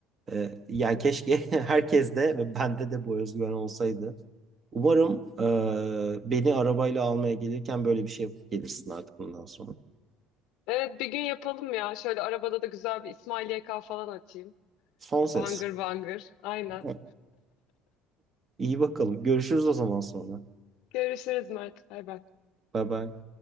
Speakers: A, on the right; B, on the left.
A: Ee, yani keşke <laughs> herkes de ve bende de bu özgüven olsaydı. Umarım e, beni arabayla almaya gelirken böyle bir şey yapıp gelirsin artık bundan sonra.
B: Evet bir gün yapalım ya. Şöyle arabada da güzel bir İsmail YK falan açayım.
A: Son ses.
B: Bangır bangır. Aynen.
A: Evet. İyi bakalım. Görüşürüz o zaman sonra.
B: Görüşürüz Mert. Bay bay.
A: Bye bye.